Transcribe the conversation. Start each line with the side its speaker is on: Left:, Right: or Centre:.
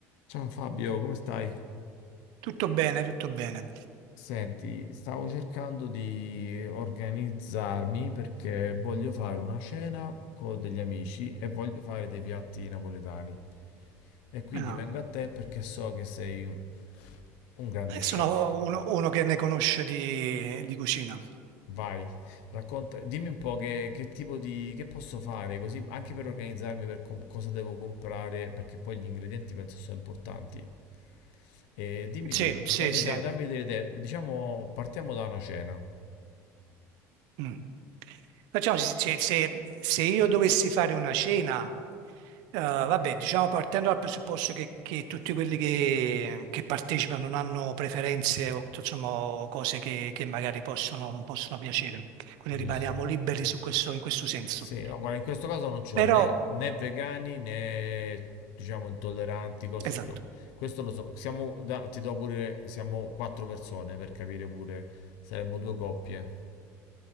Left: Ciao Fabio, come stai?
Right: Tutto bene, tutto bene.
Left: Senti, stavo cercando di organizzarmi perché voglio fare una cena con degli amici e voglio fare dei piatti napoletani. E quindi
Right: Ah,
Left: vengo a te perché so che sei un, un grande
Right: eh,
Left: chef.
Right: sono uno, uno che ne conosce di, di cucina.
Left: Vai, racconta, dimmi un po' che, che tipo di, che posso fare, così anche per organizzarmi per com- cosa devo comprare, perché poi gli ingredienti penso sono importanti. E dimmi
Right: Sì,
Left: tu, dammi,
Right: sì, sì.
Left: da- dammi delle idee. Diciamo, partiamo da una cena,
Right: Mm. Facciamoci, se, se- se io dovessi fare una cena, eh, vabbè, diciamo partendo dal presupposto che, che tutti quelli che, che partecipano non hanno preferenze o insomma o cose che, che magari possono, non possono piacere, quindi
Left: giusto?
Right: rimaniamo liberi su questo, in questo senso.
Left: Sì, no, guarda, in questo caso non c'ho
Right: Però,
Left: né, né vegani né, diciamo, intolleranti, cose.
Right: esatto.
Left: lo- questo lo so. Siamo, da- ti do pure, siamo quattro persone per capire pure, saremmo due coppie.